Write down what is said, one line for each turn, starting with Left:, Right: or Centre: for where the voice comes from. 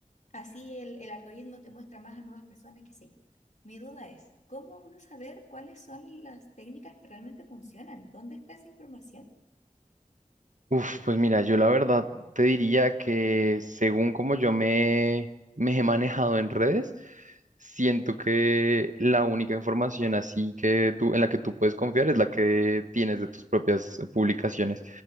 Left: así el, el algoritmo te muestra más a nuevas personas que sí. Mi duda es, ¿cómo uno saber cuáles son las técnicas que realmente funcionan? ¿Dónde está esa información?
Right: Uf, pues mira, yo la verdad te diría que según como yo me, me he manejado en redes, siento que la única información así que tú, en la que tú puedes confiar es la que tienes de tus propias publicaciones.